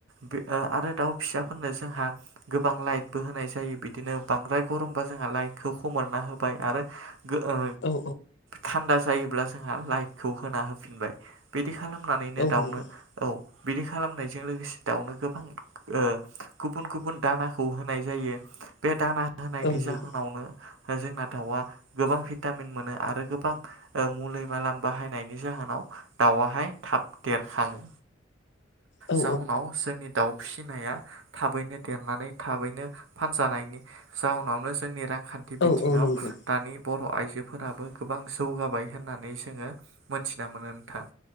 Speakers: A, on the right; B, on the left.
A: बि ओ आरो दाउ फिसा फोरनो जोंहा गोबां लाइतबो होनाय जायो बिदिनो बांद्राय गमबा जोंहा लाइतखौ खोमोरना होबा <unintelligible> आरो गो ओ
B: औ
A: थान्दा जायोब्ला जोंहा लाइटखौ होना होफिनबाय बे दि खालामनानैनो
B: औ
A: दाउनो
B: नंगौ
A: औ बिदि खालामनायजों लोगोसे दाउनो गोबां ओ गुबुन गुबुन दानाखौ होनाय जायो बे दाना होनायनि
B: औ नंगौ
A: जाहोनावनो जोंना दाउआ गोबां भिटामिन मोनो आरो गोबां मुलि मालाम बाहायनायनि जाहोनाव दाउआहाय थाब देरखाङो
B: औ
A: जाउनाव जोंनि दाउ फिसिनाया थाबैनो देरनानै थाबैनो फानजानायनि जाउनावनो जोंनि रां खान्थि
B: औ
A: बिथिङाव
B: औ नंगौ
A: दानि बर' आइजोफोराबो गोबां जौगाबाय होननानै जोङो मोनथिना मोनो नोंथां